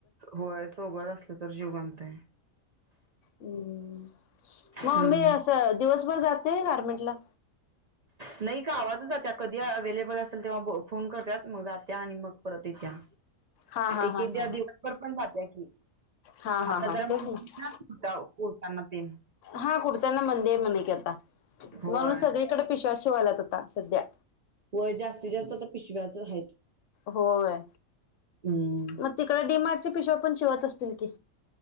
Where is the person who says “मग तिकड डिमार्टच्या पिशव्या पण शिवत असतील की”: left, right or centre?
Left